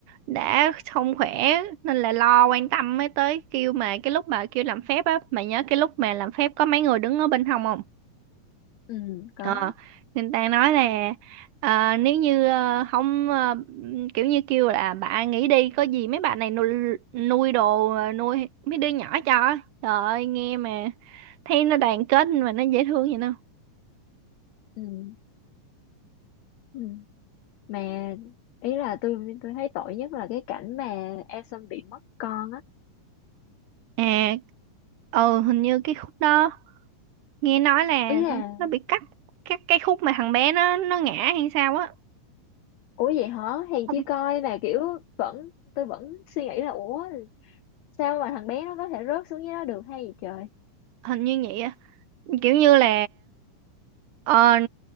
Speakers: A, on the right; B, on the left.
A: đã không khỏe nên là lo quan tâm mới tới kêu mà cái lúc bà kêu làm phép á, mà nhớ cái lúc mà làm phép có mấy người đứng ở bên hông không?
B: ừ có
A: Ờ, người ta nói là ờ, nếu như ờ, không ờ, kiểu như kêu là bà nghỉ đi có gì mấy bà này nuôi nuôi đồ ờ, nuôi mấy đứa nhỏ cho trời ơi nghe mà thấy nó đoàn kết mà nó dễ thương vậy đâu
B: ừ, ừ. mà ý là tôi tôi thấy tội nhất là cái cảnh mà Eason bị mất con á
A: à ừ hình như cái khúc đó nghe nói là
B: ý là
A: nó bị cắt cắt cái khúc mà thằng bé nó nó ngã hay sao á
B: Ủa vậy hả? Hèn
A: Không,
B: chi coi là kiểu vẫn tôi vẫn suy nghĩ là ủa sao mà thằng bé nó có thể rớt xuống dưới đó được hay gì trời.
A: hình như vậy kiểu như là ờ,